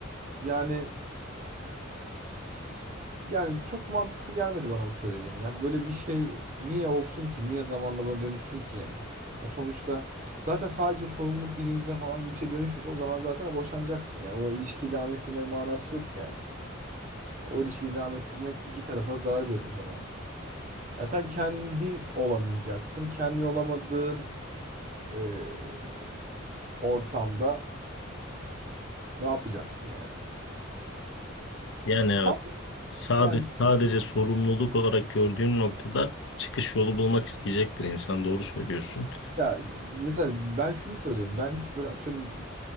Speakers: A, on the right; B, on the left.
A: Yani S- Yani çok mantıklı gelmedi bana bu söylediğin ya. Böyle bir şey niye olsun ki? Niye zamanla buna dönüşsün ki yani? Ya sonuçta zaten sadece sorumluluk bilincine falan gibi bir şey dönüşürse o zaman zaten boşanacaksın. Yani o ilişkiyi devam ettirmenin manası yok ki yani. O ilişkiyi devam ettirmek iki tarafa zarar verir o zaman. Ya sen kendin olamayacaksın. Kendin olamadığın eee, ortamda ne yapacaksın yani?
B: Yani evet.
A: Sanmıyorum.
B: Sadece,
A: Yani
B: sadece sorumluluk olarak gördüğün noktada çıkış yolu bulmak isteyecektir insan. Doğru söylüyorsun.
A: Ya mesela ben şunu söylüyorum. Ben hiç böyle atıyorum